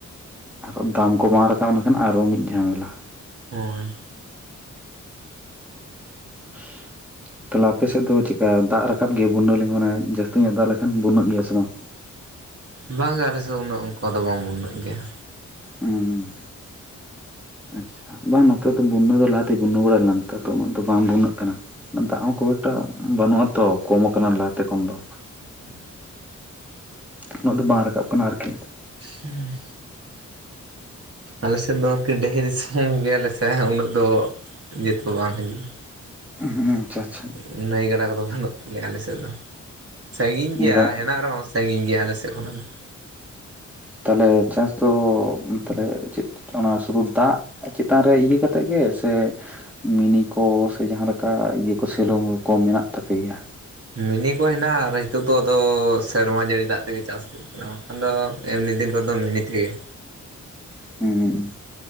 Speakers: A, in the centre; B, on the right.
A: ᱟᱨᱦᱚᱸ ᱫᱟᱢ ᱠᱚ ᱵᱟᱝ ᱨᱟᱠᱟᱵ ᱞᱮᱠᱷᱟᱱ ᱟᱨᱚ ᱢᱤᱫ ᱡᱷᱟᱢᱮᱞᱟ᱾
B: ᱦᱳᱭ᱾
A: <inaudible> ᱛᱟᱞᱮ ᱟᱯᱮ ᱥᱮᱫ ᱫᱚ ᱪᱮᱠᱠᱟ, ᱫᱟᱜ ᱨᱟᱠᱟᱵ ᱜᱮᱭᱟ ᱵᱩᱱᱱᱟᱹ ᱞᱮᱠᱷᱟᱱ ᱢᱟᱱᱮ ᱡᱟᱹᱥᱛᱤ ᱧᱚᱜ ᱫᱟᱜ ᱞᱮᱠᱷᱟᱱ ᱵᱳᱱᱱᱟᱹᱜ ᱜᱮᱭᱟ ᱥᱮ ᱵᱟᱝ?
B: ᱵᱟᱝ ᱜᱮ ᱟᱞᱮ ᱥᱮᱫ ᱫᱚ ᱩᱱᱟᱹᱜ ᱚᱝᱠᱟ ᱫᱚ ᱵᱟᱝ ᱵᱩᱱᱱᱟᱹᱜ ᱜᱮᱭᱟ᱾
A: ᱩᱸ ᱟᱪᱪᱷᱟ, ᱵᱟᱝ ᱱᱚᱛᱮ ᱫᱚ ᱵᱩᱱᱱᱟᱹ ᱫᱚ ᱞᱟᱦᱟ ᱛᱮ ᱵᱩᱱᱱᱟᱹ ᱵᱟᱲᱟ ᱞᱮᱱᱟ ᱱᱮᱛᱟᱨ ᱫᱚ ᱩᱱᱟᱹᱜ ᱫᱚ ᱵᱟᱝ ᱵᱩᱱᱱᱟᱸᱜ ᱠᱟᱱᱟ, ᱫᱟᱜ ᱦᱚᱸ ᱠᱷᱩᱵ ᱴᱟ ᱵᱟᱹᱱᱩᱜ-ᱟ ᱛᱚ ᱠᱚᱢ ᱠᱟᱱᱟ ᱞᱟᱦᱟᱛᱮ ᱠᱷᱚᱱ ᱫᱚ᱾
B: ᱦᱩᱸ᱾
A: ᱩᱱᱟᱹᱜ ᱫᱚ ᱵᱟᱝ ᱨᱟᱠᱟᱵ ᱠᱟᱱᱟ ᱟᱨᱠᱤ᱾
B: ᱦᱩᱸ᱾ ᱟᱞᱮ ᱥᱮᱫ ᱫᱚ ᱟᱨᱠᱤ ᱰᱮᱦᱤ ᱫᱤᱥᱚᱢ ᱜᱮᱭᱟᱞᱮ ᱥᱮ ᱦᱟ ᱩᱱᱟᱹᱜ ᱫᱚ, ᱡᱚᱛᱚ ᱵᱟᱝ ᱦᱤᱡᱩᱜ-ᱟ᱾
A: ᱦᱩᱸ ᱟᱪᱪᱷᱟ ᱟᱪᱪᱷᱟ
B: ᱮᱸᱜ ᱱᱟᱹᱭ ᱠᱚᱫᱚ ᱵᱟᱹᱱᱩᱜ ᱛᱟᱞᱮᱭᱟ ᱟᱞᱮ ᱥᱮᱫ ᱫᱚ᱾ ᱥᱟᱺᱜᱤᱧ ᱜᱮᱭᱟ᱾
A: ᱚᱱᱠᱟ
B: ᱦᱮᱱᱟᱜ ᱨᱮᱦᱚᱸ ᱥᱟᱺᱜᱤᱧ ᱜᱮᱭᱟ ᱟᱞᱮ ᱥᱮᱫ ᱠᱷᱚᱱᱟᱜ ᱫᱚ᱾
A: ᱛᱟᱦᱚᱞᱮ ᱪᱟᱥ ᱫᱚ ᱛᱟᱦᱞᱮ ᱪᱮᱫ ᱚᱱᱟ ᱥᱩᱫᱩ ᱫᱟᱜ ᱪᱮᱫ ᱛᱟ ᱨᱮ ᱤᱭᱟᱹ ᱠᱟᱛᱮᱫ ᱜᱮ ᱥᱮ ᱢᱤᱱᱤ ᱠᱚ ᱥᱮ ᱡᱟᱦᱟᱸ ᱞᱮᱠᱟ ᱤᱭᱟᱹ ᱠᱚ ᱥᱮᱞᱚ ᱠᱚ ᱢᱮᱱᱟᱜ ᱛᱟᱯᱮ ᱜᱮᱭᱟ᱾
B: ᱢᱤᱱᱤ ᱠᱚ ᱦᱮᱱᱟᱜ-ᱟ ᱟᱨ ᱱᱤᱛᱚᱜ ᱫᱚ ᱟᱫᱚ ᱥᱮᱨᱢᱟ ᱡᱟᱹᱲᱤ ᱫᱟᱜ ᱛᱮᱜᱮ ᱪᱟᱥ ᱦᱩᱭᱩᱜ ᱾ ᱵᱟᱝᱠᱷᱟᱱ ᱫᱚ ᱮᱢᱱᱤ ᱫᱤᱱ ᱠᱚᱫᱚ ᱢᱤᱱᱤᱮᱛᱜᱮ ᱾
A: ᱦᱩᱸ